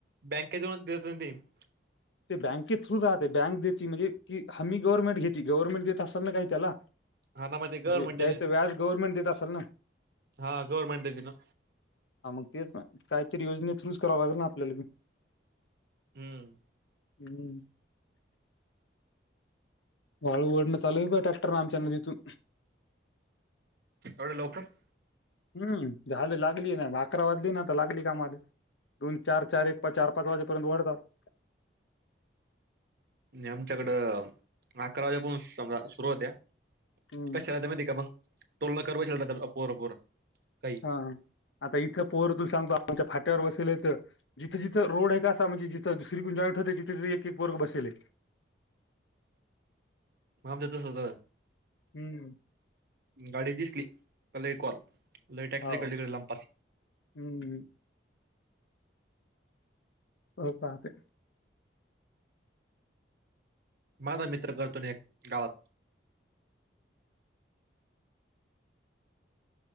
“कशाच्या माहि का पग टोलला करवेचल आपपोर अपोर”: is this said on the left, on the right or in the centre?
Right